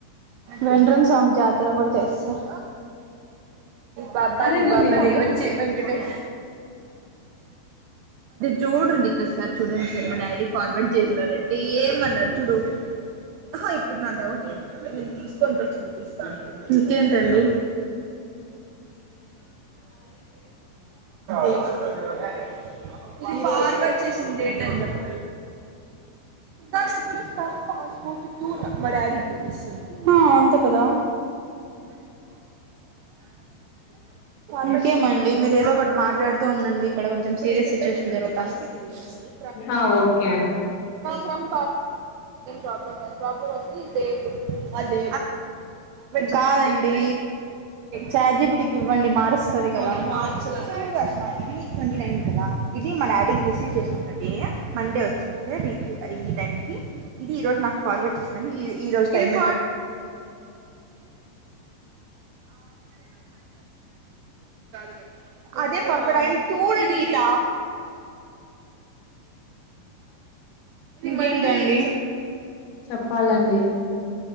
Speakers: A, on the right; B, on the left.
A: వెంట్రం స్వామి జాతర కూడా చేస్తారు బబ్బాది
B: అదెప్పటి
A: బాబ్జది
B: నుంచి
A: వచ్చి వెంకటేష్ చూడురు గీత సార్ చూడండి సార్ మా డాడీ ఫార్వర్డ్ చేసినారంటే ఏం అనరు చూడు ఆహా ఇప్పుడు నా డౌట్ ఏమంటే నేను తీసుకోని పోయి చూపిస్తాను ఇంకేంటండి <unintelligible> ఇది ఫార్వడ్ చేసిన డేట్ అని చెప్పు <unintelligible> మా డాడీది జూపిస్తు ఆ అంతే కదా ఇంకేం అండి మీరు ఏదో ఒకటి మాట్లాడుతూ ఉండండి ఇక్కడ కొంచెం సీరియస్ టేషన్ జరుగుతాంది ఏం
B: ఆ ఓకే అండి
A: ప్రాబ్లం రాదు ప్రాబ్లం వచ్చి ఈ డేట్ ది కాదండి చాట్ జీ పి టి కి ఇవ్వండి మారుస్తది ద మార్ వష ఇది ట్వంటీ నైన్ కదా ఇది మా డాడీకి రిసీవ్ చేసుకున్న డే మండే వచ్చింది సార్ ఈ కి ఈ టైంకి ఇది ఈ రోజు నాకు ఫార్వర్డ్ చేసినది ఈ రోజు టైం <unintelligible> <unintelligible> అదే ఫార్వర్డ్ అయ్యింది చూడు అనీత ఇంకేంటండి
B: చెప్పాలండి